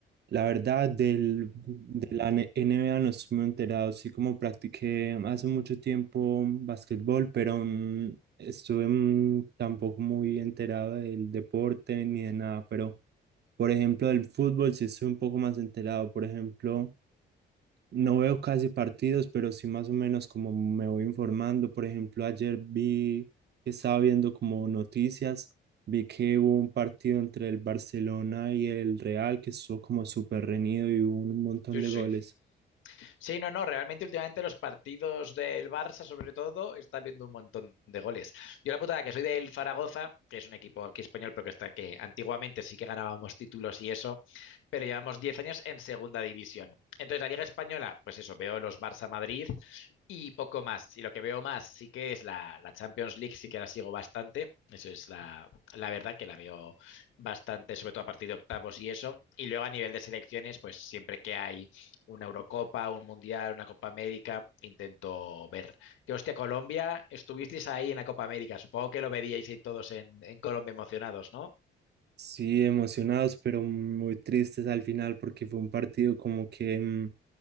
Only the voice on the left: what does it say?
Sí,
sí.
Sí, no, no, realmente últimamente los partidos del Barça, sobre todo, están viendo un montón de goles. Yo la putada que soy del Zaragoza, que es un equipo aquí español, pero que está que antiguamente sí que ganábamos títulos y eso, pero llevamos 10 años en segunda división. Entonces, la Liga Española, pues eso, veo los Barça Madrid y poco más. Y lo que veo más sí que es la, la Champions League, sí que la sigo bastante. Eso es la, la verdad que la veo bastante, sobre todo a partir de octavos y eso. Y luego a nivel de selecciones, pues siempre que hay una Eurocopa, un Mundial, una Copa América, intento ver. Que hostia, Colombia, estuvisteis ahí en la Copa América. Supongo que lo veríais ahí todos en, en Colombia emocionados, ¿no?